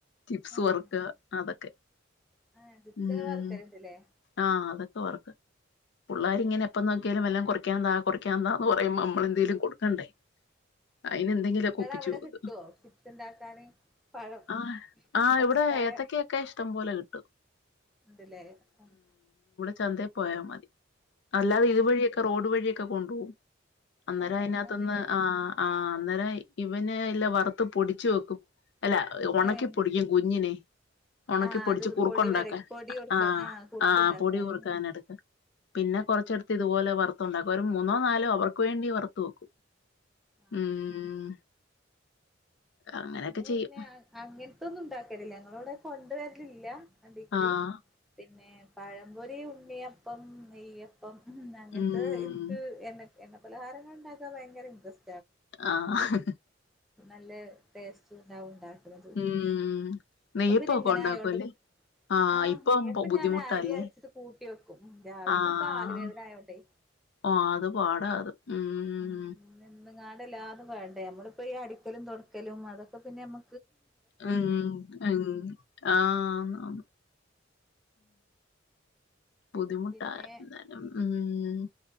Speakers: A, on the left; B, in the centre.
A: ചിപ്സ്
B: ആഹ്
A: വറക്കാ അതൊക്കെ
B: ആഹ് ചിപ്സ്
A: ഉം
B: ഇങ്ങള് വറക്കലുണ്ട്ല്ലേ
A: ആഹ് അതൊ <unintelligible> പുള്ളാര് ഇങ്ങനെ എപ്പ നോക്കിയാലും വെല്ലോ കൊറിക്കാൻ താ കൊറിക്കാൻന്താന്ന് പറയുമ്പോ നമ്മള് എ എന്തേലും കൊടുക്കണ്ടേ? അയിന് എന്തെങ്കിലൊക്കെ
B: നിങ്ങളെ
A: ഒപ്പിച്ചു
B: അവിടെ
A: <unintelligible>
B: കിട്ടുവോ ചിപ്സ് ഉണ്ടാക്കാന് പഴം
A: ആഹ് ആഹ്
B: പച്ചക്കായ
A: ഇവടെ ഏത്തക്കെയൊക്കെ ഇഷ്ടം പോലെ കി ട്ടും
B: ഉണ്ട് ല്ലേ ആഹ്
A: ചന്തേ പോയാ മതി അല്ലാതെ
B: ആഹ്
A: ഇതുവഴിയൊക്കെ
B: ശരി
A: റോഡ് വഴിയൊക്കെ കൊണ്ട് പോവും അന്നേരം
B: ഏഹ്
A: അതിനാത്തിന്ന്
B: അങ്ങനെ ഉണ്ട്ല്ലേ
A: ആഹ് ആഹ് അന്നേരം ഇവന് ഇല്ല വറുത്ത് പൊടിച്ചു വെക്കും, അല്ല ഒണക്കിപ്പൊടിക്കും
B: ഏഹ്
A: കുഞ്ഞിനെ, ഒണക്കിപ്പൊടിച്ച്
B: ആഹ് അത്
A: കുറുക്കുണ്ടാക്കാൻ
B: പൊടി വര പൊടി കൊടുക്കാൻ
A: ആഹ്
B: കുറുക്കുണ്ടാക്കാൻ
A: ആ പൊടി കുറുക്കാൻ
B: ഉം
A: എടുക്കാ, പിന്നെ കൊറച്ചെടുത്ത് ഇതുപോലെ വറത്തുണ്ടാക്കും ഒരു മൂന്നോ നാലോ അവ ക്ക് വേണ്ടി വറത്തു വെക്കും
B: ആഹ്
A: ഉം അങ്ങനെയൊക്കെ
B: ഞങ്ങളിങ്ങനെ
A: ചെയ്യും
B: അഹ് അങ്ങൻത്തൊന്നും ഇണ്ടാക്കലില്ല ഞങ്ങളെ ഇവടെ കൊണ്ടുവര ലില്ല അടിക്കൂടി
A: ആഹ്
B: <unintelligible> പിന്നെ പഴംപൊരി ഉണ്ണിയപ്പം നെയ്യ പ്പം അങ്ങൻത്തെത്
A: ഉം
B: ഇൻക്ക് എണ്ണെ എണ്ണ പലഹാരങ്ങള്ണ്ടാക്കൻ ഭയങ്കര ഇൻട്രസ്
A: ആഹ്
B: നല്ല ടേസ്റ്റ് ഉണ്ടാവും ണ്ടാവും അത്
A: ഉം
B: ഇപ്പ
A: നെയ്യപ്പൊക്കെ
B: പിന്നെ ഇങ്ങനെ
A: ഉണ്ടാക്കൂല്ലേ
B: ആയോണ്ട്
A: ആഹ്
B: ആ
A: ഇപ്പൊ
B: നെയ്യപ്പം
A: ബു- ബുദ്ധിമുട്ടല്ലേ
B: ഞാന് അരി അര്ച്ച്ട്ട് കൂട്ടി വെക്കും ഉം രാവിലെക്ക്
A: ആഹ്
B: കാല് വേദനായോണ്ടെ
A: ഓ അത് പാടാ അത് ഉം
B: <unintelligible> ങ്ങാടല്ലാതെ വേ ണ്ട ഞമ്മളിപ്പോ ഈ അടിക്കലും തൊട ക്കലും അതൊക്കെ പിന്നെ ഞമ്മ
A: ഉം അങ് ആഹ് ബുദ്ധിമുട്ടാ
B: പിന്നെ
A: ന്നാലും ഉം